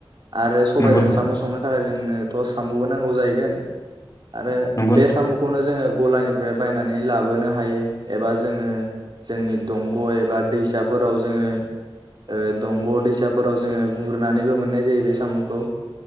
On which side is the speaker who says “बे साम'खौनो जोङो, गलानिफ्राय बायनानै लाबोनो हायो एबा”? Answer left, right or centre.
Right